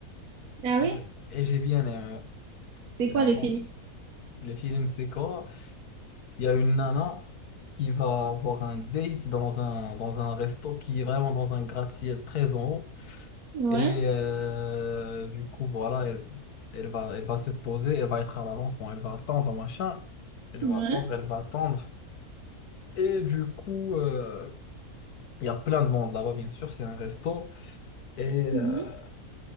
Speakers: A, on the right; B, on the left.
A: Ah
B: J'ai-
A: oui?
B: et j'ai bien aimé.
A: C'est
B: C'est
A: quoi
B: un
A: le
B: bon
A: film?
B: film. Le film, c'est quoi? il y a une nana qui va avoir un date dans un, dans un resto qui est vraiment dans un gratte-ciel très en haut.
A: Ouais,
B: Et euh, du coup, voilà, elle, elle va, elle va se poser, elle va être à l'avance, bon, elle va attendre, machin. Elle
A: ouais,
B: va attendre, elle va attendre. Et du coup, euh, il y a plein de monde là-bas, bien sûr, c'est un resto. Et
A: mhm,
B: euh,